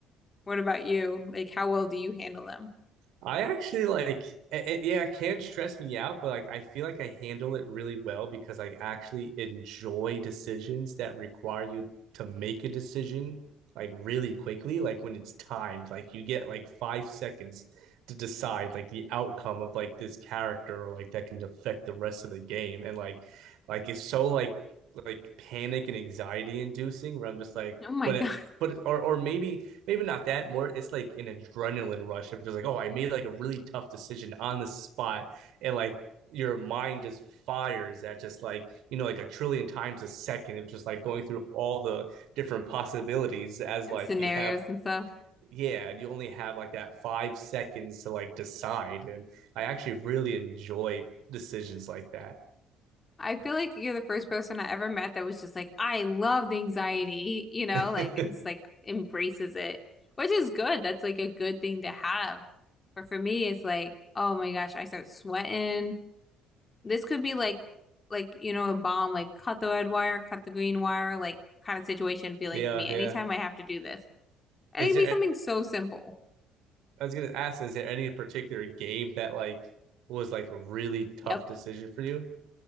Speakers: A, on the left; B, on the right.
A: What about you? Like, how well do you handle them?
B: I actually like it, it- yeah, it can stress me out, but like I feel like I handle it really well because I actually enjoy decisions that require you to make a decision like really quickly, like when it's timed, like you get like five seconds to decide like the outcome of like this character or like that can affect the rest of the game. And like like it's so like like panic and anxiety inducing where I'm just like,
A: Oh my
B: but
A: God.
B: it
A: <laughs>
B: but or or maybe maybe not that more it's like an adrenaline rush of just like oh i made like a really tough decision on the spot and like your mind just fires at just like you know like a trillion times a second of just like going through all the different possibilities as
A: In
B: like
A: scenarios
B: you have
A: and stuff.
B: yeah you only have like that five seconds to like decide and i actually really enjoy decisions like that
A: I feel like you're the first person I ever met that was just like, I love the anxiety, you know,
B: <laughs>
A: like, and just like embraces it, which is good. That's like a good thing to have. But for me, it's like, oh my gosh, I start sweating. This could be like like you know a bomb like cut the red wire, cut the green wire, like kind of situation feeling
B: yeah
A: for me
B: yeah
A: anytime I have to do this. And
B: is
A: it could
B: there
A: be something so simple.
B: I was gonna ask, is there any particular game that like was like a really tough
A: Yep.
B: decision for you?